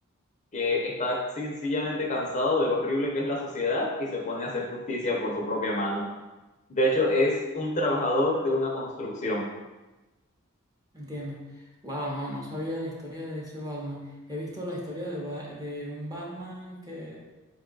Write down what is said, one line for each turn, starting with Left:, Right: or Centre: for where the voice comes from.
Left: que está sencillamente cansado de lo horrible que es la sociedad y se pone a hacer justicia por su propia mano. De hecho, es un trabajador de una construcción.
Right: Entiendo. Wow, no, no sabía la historia de ese Batman. He visto la historia de, Ba- de un Batman que